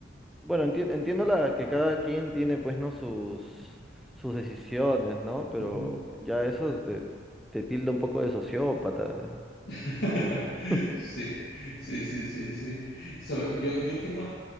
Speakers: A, in the centre; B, on the left (about 60°).
A: Bueno, enti- entiendo la, que cada quien tiene pues no sus, sus decisiones, ¿no? Pero
B: Ujú.
A: ya eso te, te tilda un poco de sociópata.
B: <laughs>
A: <laughs>
B: Sí, sí, sí, sí, sí. Sobre, yo, yo es que más